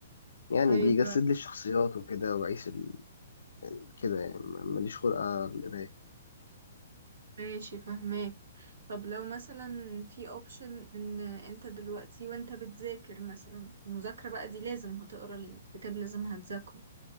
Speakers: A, on the left (about 65°); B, on the right (about 65°).
A: يعني
B: طيب
A: بيجسد لي الشخصيات وكده واعيش ال... كده يعني ما- ماليش خلق على القرايه
B: ماشي فهماك طب لو مثلا في اوبشن ان انت دلوقتي وانت بتذاكر مثلا المذاكرة بقى دي لازم هتقرا الكتاب لازم هتذاكره